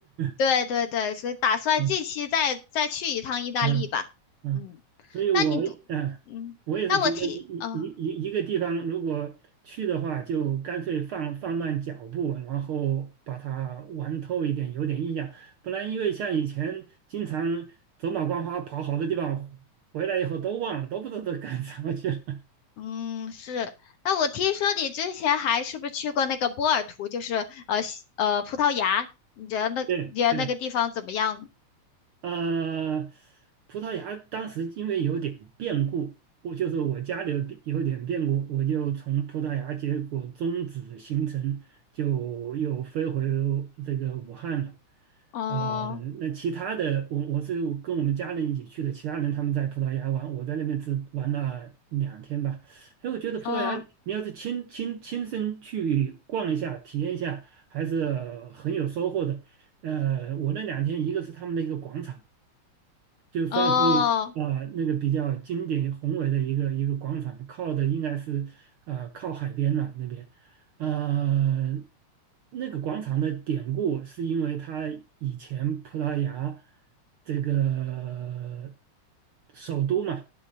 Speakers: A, on the left; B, on the right.
A: 对对对，
B: <laughs>
A: 所以打算近期再再去一趟意大利吧。
B: 嗯嗯嗯，
A: 嗯，
B: 所以我，
A: 那你读，
B: 嗯，
A: 嗯，
B: 我也是觉得一一一一一个地方如果去的话，
A: 那我听，嗯、
B: 就干脆放放慢脚步，然后把它玩透一点，有点印象。不然，因为像以前经常走马观花跑好多地方，回来以后都忘了，都不知道都干什么去了。
A: 嗯，是。那我听说你之前还是不是去过那个波尔图，就是呃西呃葡萄牙？你觉得那你觉得那个地方怎么样呢
B: <laughs> 对对。呃，葡萄牙当时因为有点变故，我就是我家里有变有点变故，我就从葡萄牙结果终止行程，就又飞回这个武汉了。
A: 哦
B: 呃，那其他的，我我是跟我们家人一起去的，其他人他们在葡萄牙玩，我在那边只玩了两天吧。哎，我觉得葡萄牙，
A: 哦
B: 你要是亲亲亲身去逛一下、体验一下，还是很有收获的。呃，我那两天一个是他们的一个广场。就算是
A: 哦，
B: 啊、呃那个比较经典宏伟的一个一个广场，靠的应该是啊靠海边了那边，呃，那个广场的典故是因为它以前葡萄牙这个呃首都嘛。